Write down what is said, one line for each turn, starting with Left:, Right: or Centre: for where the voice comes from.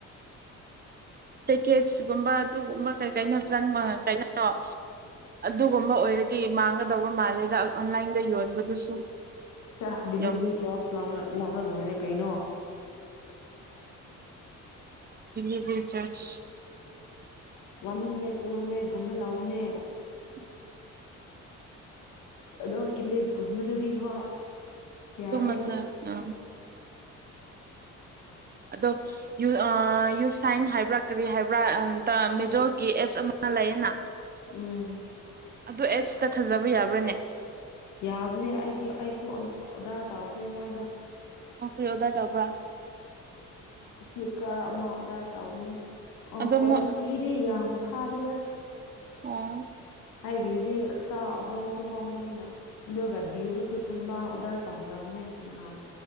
Right: ꯄꯦꯀꯦꯠꯁꯀꯨꯝꯕ ꯑꯗꯨꯒꯨꯝꯕ ꯀꯩ ꯀꯥꯏꯩꯅ ꯆꯪ ꯀ ꯑ ꯑꯗꯨꯒꯨꯝꯕ ꯑꯣꯏꯔꯒ ꯁꯤꯤ ꯃꯥꯡꯒꯗꯧꯕ ꯃꯥꯜꯂꯦꯗ ꯑꯣꯟꯂꯥꯏꯟꯗ ꯌꯣꯟꯕꯗꯨꯁꯨ
Left: ꯆ ꯗꯤꯂꯤꯚꯔꯤ
Right: ꯌꯥꯝ
Left: ꯆꯥꯔꯖ ꯂꯥꯎꯔ ꯂꯣꯏꯔꯦ ꯀꯩꯅꯣ
Right: ꯦ ꯆꯔꯖ
Left: ꯋꯥꯟ ꯍꯟꯗ꯭ꯔꯦꯠ ꯇꯨ ꯍꯟꯗ꯭ꯔꯦꯠꯀꯨꯝꯕ ꯂꯧꯕꯅꯦ
Right: ꯎ
Left: ꯑꯗꯣ ꯀꯜꯂꯤꯞ ꯨꯃꯗꯗꯤ ꯍꯣꯏ ꯌꯥꯔꯣꯏꯗ
Right: ꯑꯗꯨ ꯃꯖ ꯑ ꯑꯗꯣ ꯌꯨ ꯌꯨ ꯁꯥꯏꯟ ꯍꯥꯏꯕ꯭ꯔꯥ ꯀꯔꯤ ꯍꯥꯏꯕ꯭ꯔꯥ
Left: ꯎꯝ
Right: ꯃꯦꯖꯣꯒꯤ ꯑꯦꯞꯁ ꯑꯂꯌꯦꯅꯥ
Left: ꯎꯝ
Right: ꯑꯗꯨ ꯑꯦꯞꯁꯇ ꯊꯥꯖꯕ ꯌꯥꯕ꯭ꯔꯥꯅꯦ
Left: ꯌꯥꯕꯅꯦ ꯑꯗꯤ ꯑꯁꯨ ꯇ ꯑꯣꯈꯔꯦ ꯃꯣꯖꯗ
Right: ꯑꯣꯈꯣꯏ ꯑꯣꯗ ꯇꯧꯒ
Left: ꯁ꯭ꯂꯤꯀꯔ ꯑꯃ ꯑꯣꯗ ꯇꯅꯦ ꯑꯣ
Right: ꯑꯗꯣ
Left: ꯀ꯭ꯋꯥꯂꯤꯇꯤꯗꯤ
Right: ꯃꯣꯏ
Left: ꯌꯥꯝꯕ ꯈꯥꯗꯦꯗ
Right: ꯑꯣ
Left: ꯍꯥꯏꯒꯤꯗꯗꯤ ꯈ ꯍꯣꯡ ꯁꯨ ꯍꯣꯡꯕꯅꯤꯅ ꯑꯗꯨꯒ ꯗꯤꯌꯨꯁꯨ ꯁꯕꯥ ꯑꯣꯗꯔ ꯇꯧꯈ꯭ꯔꯕꯅꯦ ꯅꯍꯥꯟ